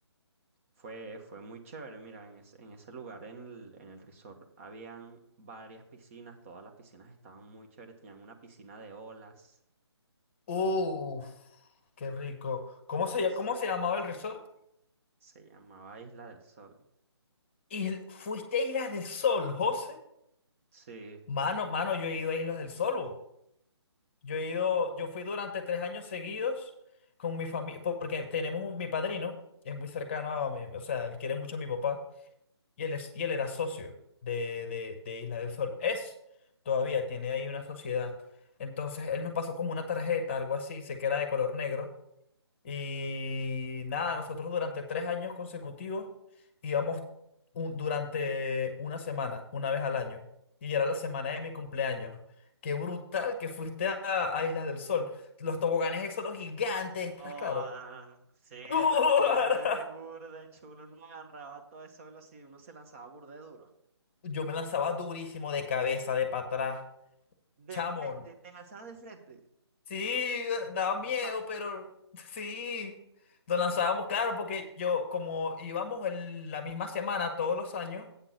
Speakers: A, on the right; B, on the left.
A: Fue, fue muy chévere, mira, en ese, en ese lugar, en el, en el resort, habían varias piscinas, todas las piscinas estaban muy chéveres, tenían una piscina de olas,
B: uf, qué rico. ¿Cómo se, ll-
A: s-
B: cómo se llamaba el resort?
A: se llamaba Isla del Sol.
B: Y fuiste a Islas del Sol, José.
A: Sí,
B: Mano, mano, yo he ido a Islas del Sol. bo. Yo he ido, yo fui durante tres años seguidos con mi familia, porque tenemos un, mi padrino, es muy cercano a mi, o sea, él quiere mucho a mi papá, y él es, y él era socio de, de, de Islas del Sol. Es, todavía tiene ahí una sociedad. Entonces, él nos pasó como una tarjeta, algo así, se queda de color negro. Y nada, nosotros durante tres años consecutivos íbamos un- durante una semana, una vez al año. Y era la semana de mi cumpleaños. Qué brutal que fuiste a, a Islas del Sol. Los toboganes esos los gigantes, ¿estás
A: Oh,
B: claro?
A: sí, estás
B: <laughs>
A: claro que es burde chulo. Uno agarraba todo esa velocidad y uno se lanzaba burde duro.
B: Yo me lanzaba durísimo de cabeza, de para atrás.
A: De
B: Chamo,
A: frente, te lanzabas de frente.
B: sí, daba miedo,
A: <laughs>
B: pero sí. Nos lanzábamos, claro, porque yo, como íbamos el- la misma semana todos los años,